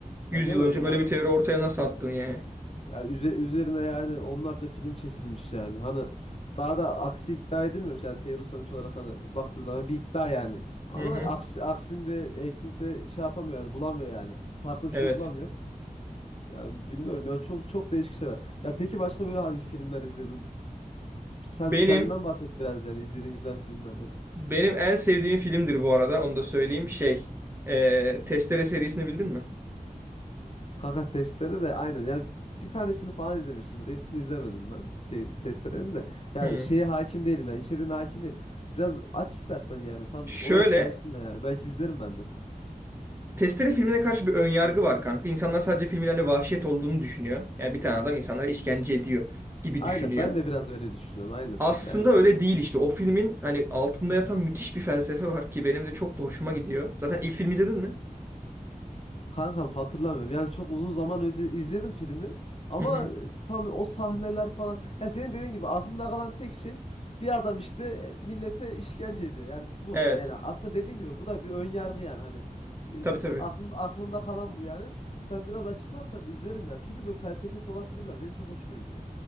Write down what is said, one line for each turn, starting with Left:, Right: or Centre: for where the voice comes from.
Right: yüz
Left: Ya değil
Right: yıl
Left: mi?
Right: önce
Left: Ya
Right: böyle bir teori ortaya nasıl attın yani?
Left: Ya üze- üzerine yani onlarca film çekilmiş yani. Hani daha da aksi iddia edilmemiş. Yani teori sonuç olarak hani baktığı zaman bir iddia yani. Ama
Right: Hı hı.
Left: aksi, aksinde e, kimse şey yapamıyor yani bulamıyor yani. Farklı bir
Right: Evet.
Left: şey bulamıyor. Yani bilmiyorum ya çok çok değişik şeyler. Ya peki başka böyle hangi filmler izledin? Sen
Right: Benim
Left: kendinden bahset biraz yani izlediğin güzel filmlerden.
Right: Benim en sevdiğim filmdir bu arada. Onu da söyleyeyim. Şey, e, Testere serisini bildin mi?
Left: Kaka testere de aynen. Yani bir tanesini falan izlemişimdir. Hepsini izlemedim ben. Şeyin testerenin de. Yani
Right: Hmm.
Left: şeye hakim değilim yani. içeriğine hakim değilim. Biraz aç istersen yani. Tam
Right: Şöyle,
Left: olarak konusunda yani. Belki izlerim ben de.
Right: Testere filmine karşı bir önyargı var kanka. İnsanlar sadece filmin hani vahşet olduğunu düşünüyor. Yani bir tane adam insanlara işkence ediyor gibi
Left: Aynen
Right: düşünüyor.
Left: ben de biraz öyle düşünüyorum. Aynen
Right: Aslında
Left: yani.
Right: öyle değil işte. O filmin hani altında yatan müthiş bir felsefe var ki benim de çok da hoşuma gidiyor. Zaten ilk filmi izledin mi?
Left: Kankam hatırlamıyorum. Yani çok uzun zaman önce izledim filmi. Ama
Right: Hı hı.
Left: e, tam o sahneler falan. Ya senin dediğin gibi aklımda kalan tek şey bir adam işte e, millete işkence ediyor. Yani bu.
Right: Evet.
Left: Yani aslında dediğin gibi bu da bir ön yargı yani hani e,
Right: Tabii tabii.
Left: aklım aklımda kalan bu yani. Sen biraz açıklarsan izlerim yani Çünkü böyle felsefesi olan filmler benim çok hoşuma gidiyor.